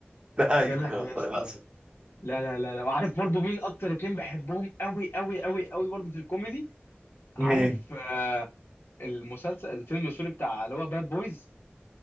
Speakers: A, on the right (about 25°); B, on the left (about 75°).
A: ده حقيقي
B: يا لهوي
A: والله
B: يسا
A: العظيم
B: لا لا لا لا وعارف برضو مين اكتر اتنين بحبهم قوي قوي قوي قوي برضو في الكوميدي عارف
A: مين؟
B: آه المسلسل الفيلم السوري بتاع اللي هو باد بويز